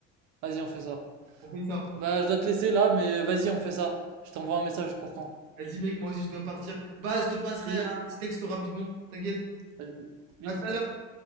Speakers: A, on the right; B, on the right.
A: Vas-y, on fait ça.
B: On fait ça.
A: Bah, je dois te laisser là, mais vas-y, on fait ça. Je t'envoie un message pour quand?
B: Vas-y, mec, moi aussi, je dois partir. Bah, je te passerai
A: Bisous.
B: un petit texto rapidement. T'inquiète.
A: Vas-y. Bisous.
B: À tout à l'heure.